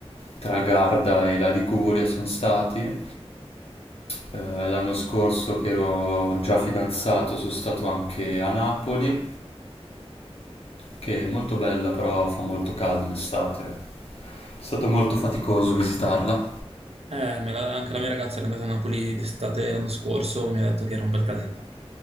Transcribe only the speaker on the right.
Eh, me la- anche la mia ragazza era andata a Napoli d'estate l'anno scorso, mi ha detto che era un bel casino.